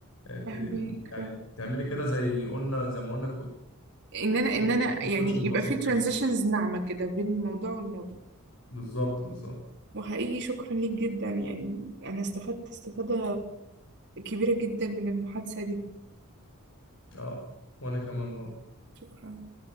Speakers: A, on the left (about 70°); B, on the right (about 55°).
A: آه، ت-
B: فاهمك
A: يعني تعملي كده زي قلنا زي ما قلنا
B: إن أنا إن
A: كنت
B: أنا
A: سويتشنج
B: يعني يبقى
A: بسيط
B: في ترانزيشنز
A: كده
B: ناعمة كده بين الموضوع والموضوع
A: بالظبط بالظبط
B: وحقيقي شكرا ليك جدا يعني أنا استفدت استفادة كبيرة جدا من المحادثة دي
A: اه وانا كمان برضه
B: شكرا